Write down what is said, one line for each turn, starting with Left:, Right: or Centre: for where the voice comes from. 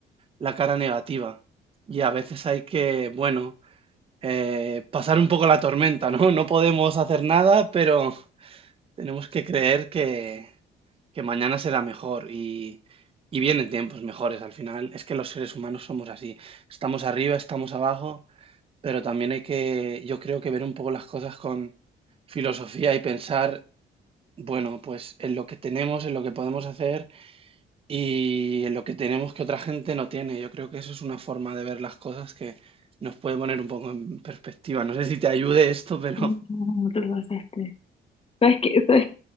Right: la cara negativa. Y a veces hay que, bueno, eh, pasar un poco la tormenta, ¿no? No podemos hacer nada, pero tenemos que creer que, que mañana será mejor y, y vienen tiempos mejores al final. Es que los seres humanos somos así. Estamos arriba, estamos abajo, pero también hay que, yo creo que ver un poco las cosas con filosofía y pensar, bueno, pues en lo que tenemos, en lo que podemos hacer y en lo que tenemos que otra gente no tiene. Yo creo que eso es una forma de ver las cosas que nos puede poner un poco en perspectiva. No sé si te ayude esto, pero
Left: No, te pasaste. ¿Sabes qué? ¿Sabes?